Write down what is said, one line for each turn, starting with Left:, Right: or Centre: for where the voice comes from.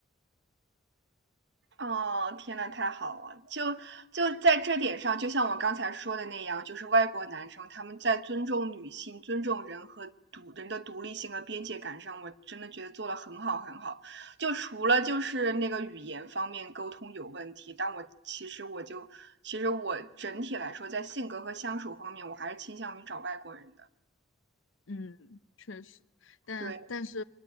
Right: 哦，天呐，太好了！就就在这点上，就像我刚才说的那样，就是外国男生他们在尊重女性、尊重人和独人的独立性和边界感上，我真的觉得做的很好很好。就除了就是那个语言方面沟通有问题，但我其实我就其实我整体来说，在性格和相处方面，我还是倾向于找外国人的。
Left: 嗯，确实，但但是
Right: 对。